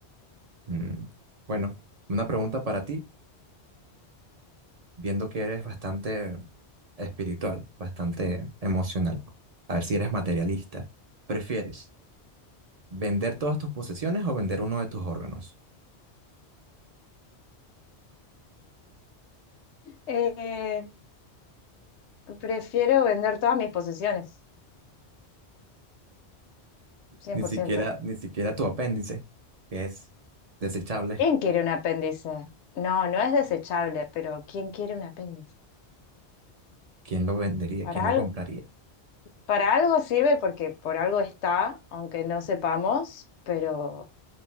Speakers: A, on the right; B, on the left.
A: Mm, Bueno, una pregunta para ti, viendo que eres bastante espiritual, bastante emocional, a ver si eres materialista. ¿Prefieres vender todas tus posesiones o vender uno de tus órganos?
B: Eh, prefiero vender todas mis posesiones, cien
A: Ni
B: por
A: siquiera,
B: ciento.
A: ni siquiera tu apéndice, que es desechable.
B: ¿Quién quiere un apéndice? No, no es desechable, pero ¿quién quiere un apéndice?
A: ¿Quién lo vendería?
B: Para,
A: ¿Quién
B: al-
A: lo compraría?
B: para algo sirve porque por algo está, aunque no sepamos, pero